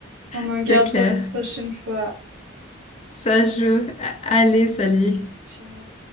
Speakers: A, on the right; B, on the left.
A: on en
B: c'est
A: garde
B: clair.
A: pour une prochaine fois.
B: Ça joue. A- Allez, salut.
A: Ciao.